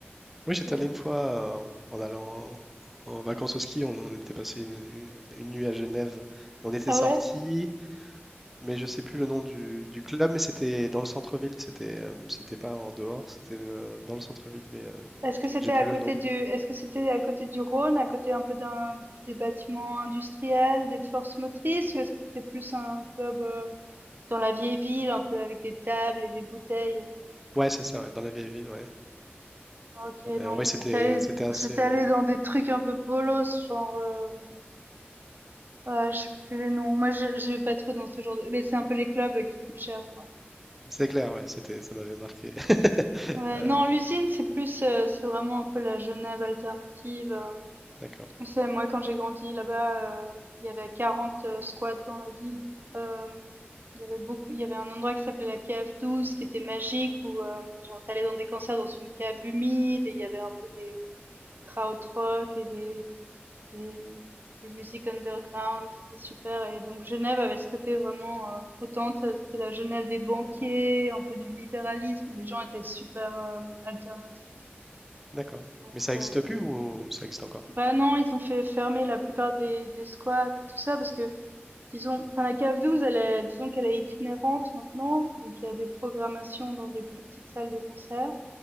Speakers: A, in the centre; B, on the right.
A: Oui,
B: et
A: j'étais allé
B: heu
A: une fois euh, en allant en vacances au ski, on, on était passé une, une- une nuit à Genève et on était
B: ah
A: sorti,
B: ouais?
A: mais je sais plus le nom du, du club, mais c'était dans le centre-ville, c'était euh, c'était pas en dehors, c'était euh, dans le centre-ville, mais euh,
B: Est-ce que c'était
A: j'ai plus
B: à côté
A: le nom.
B: du est-ce que c'était à côté du Rhône, à côté un peu d'un des bâtiments industriels, des forces motrices ou est-ce que c'était plus un club, heu, dans la vieille ville, un peu avec des tables et des bouteilles?
A: Ouais, c'est ça, ouais, dans la vieille ville, ouais.
B: OK,
A: Euh,
B: non,
A: ouais,
B: vous
A: c'était
B: êtes allés
A: c'était assez.
B: vous êtes
A: euh,
B: allés dans des trucs un peu bolos, genre, hem, ah, je sais plus les noms. Moi, je je vais pas trop dans ce genre de mais c'est un peu les clubs qui coûtent cher, quoi.
A: C'est clair, ouais, c'était, ça m'avait marqué. <laughs>
B: Ouais,
A: Euh,
B: non, l'usine, c'est plus, heu, c'est vraiment un peu la Genève alternative, hem,
A: d'accord,
B: tu sais, moi, quand j'ai grandi là-bas, heu, il y avait 40 heu, squats dans la ville. Hem, il y avait beaucoup il y avait un endroit qui s'appelait la cave 12 qui était magique où, hem, genre, tu allais dans des concerts dans une cave humide et il y avait un peu des du krautrock et des des, des musiques underground, c'était super. Et donc Genève avait ce côté vraiment, euh, autant t'as- c'était la Genève des banquiers, un peu du libéralisme, et les gens étaient super euh, alternatifs.
A: d'accord.
B: Donc
A: Mais ça
B: euh,
A: existe plus ou ça existe encore?
B: bah non, ils ont fait fermer la plupart des, des squats et tout ça parce que disons, enfin la CAF douze elle est, disons qu'elle est itinérante maintenant, donc il y a des programmations dans des plus petites salles de concert.